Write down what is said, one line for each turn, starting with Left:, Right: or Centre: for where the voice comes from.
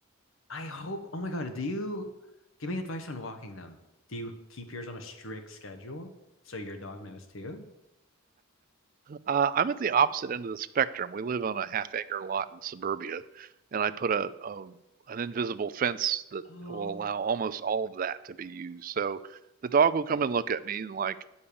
Left: I hope, oh my God, do you give me advice on walking them? Do you keep yours on a strict schedule so your dog knows too?
Right: Uh, I'm at the opposite end of the spectrum. We live on a half acre lot in suburbia, and I put a, a an invisible fence that
Left: Oh,
Right: will allow almost all of that to be used. So the dog will come and look at me and like,